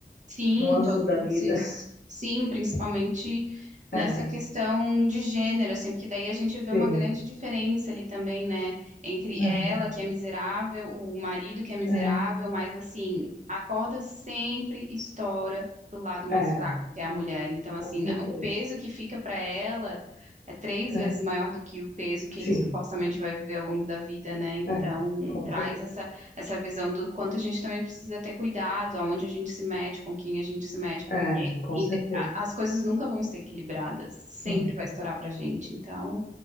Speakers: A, on the right; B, on the left.
A: Sim,
B: nuances
A: todos
B: da
A: esses,
B: vida.
A: sim, principalmente nessa
B: É,
A: questão de gênero, assim, porque daí a gente vê uma
B: sim.
A: grande diferença ali também, né, entre ela,
B: Aham,
A: que é miserável, o marido que é miserável,
B: aham,
A: mas assim, a corda sempre estoura pro lado
B: é,
A: mais
B: é,
A: fraco, que é a mulher. Então, assim,
B: com certeza.
A: o peso que fica para ela é três
B: É,
A: vezes maior do que o peso que
B: sim,
A: ele supostamente vai viver ao longo da vida, né? Então,
B: é, com
A: traz
B: certeza.
A: essa visão do quanto a gente também precisa ter cuidado, aonde a gente se mete, com quem a gente se mete,
B: É,
A: porque
B: com
A: inde-
B: certeza.
A: a- as coisas nunca vão ser equilibradas, sempre
B: Uhum.
A: vai estourar pra gente. Então,